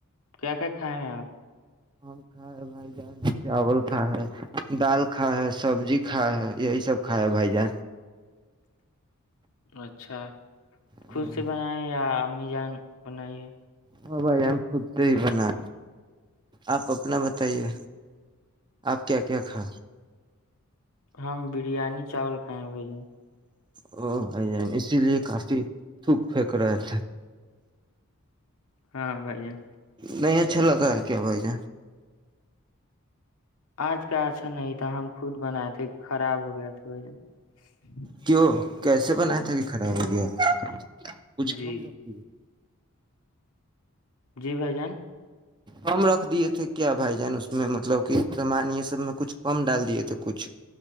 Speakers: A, on the left; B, on the right.
A: کیا کیا کھائے ہیں آپ
B: اور کھ بھائی جان چاول کھ ہ دال کھ ہ سبزی کھ ہ یہی سب کھ ہ بھائی جان
A: اچھا خود
B: ہاں
A: سے بنائے یا امی جان بنائی ہے
B: ہاں بھائی ہم خود سے ہی بنا آپ اپنا بتائیے آپ کیا کیا کھا
A: ہم بریانی چاول کھائے بھائی جن
B: او اسی لیے کافی تھوک پھیک رہے تھے
A: ہاں بھائی جان
B: نہیں ہے اچھا لگا کیا ہو ج
A: آج پ اچھا نہیں تھا ہم خود بنائے تھے خراب ہو گیا تھا <unintelligible>
B: کیوں کیسے بنایا تھا کہ خراب ہو گیا کچھ
A: جی
B: کم ب
A: جی بھائیجان
B: کم رکھ دیے تھے کیا بھائی جان اس میں مطلب کہ سامان یہ سب میں کچھ کم ڈال دیے تھے کچھ